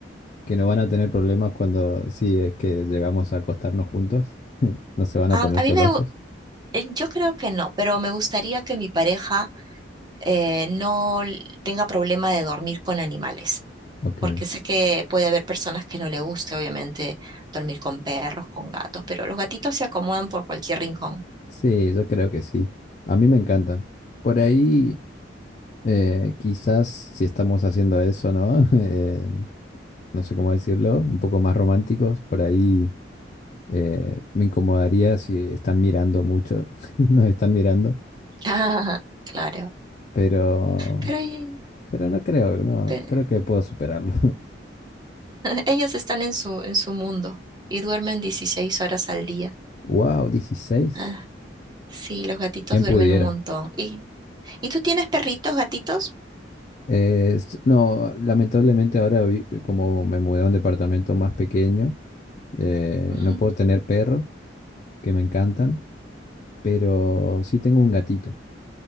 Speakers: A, on the left; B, on the right.
A: que no van a tener problemas cuando, si es que llegamos a acostarnos juntos? <laughs> ¿No se van
B: A,
A: a poner
B: a
A: celosos?
B: mí me, gu- eh, yo creo que no, pero me gustaría que mi pareja eh, no l- tenga problema de dormir con animales,
A: Ok,
B: porque sé que puede haber personas que no le guste, obviamente, dormir con perros, con gatos, pero los gatitos se acomodan por cualquier rincón.
A: sí, yo creo que sí. A mí me encantan. Por ahí, eh, quizás si estamos haciendo eso, ¿no? <laughs> Eh, no sé cómo decirlo, un poco más románticos, por ahí. Eh, me incomodaría si están mirando mucho, <laughs> nos están mirando,
B: <laughs> Ah, Claro,
A: pero,
B: pero, y-
A: pero no creo, no,
B: pe-
A: creo que puedo superarlo. <laughs>
B: Ellos están en su, en su mundo y duermen 16 horas al día.
A: Wow, dieciséis
B: Ah, sí, los gatitos
A: ¿Quién
B: duermen
A: pudiera?
B: un montón. ¿Y, ¿y tú tienes perritos, gatitos?
A: Eh, s- no, lamentablemente ahora vi- como me mudé a un departamento más pequeño, eh,
B: Ujú.
A: no puedo tener perros que me encantan, pero sí tengo un gatito.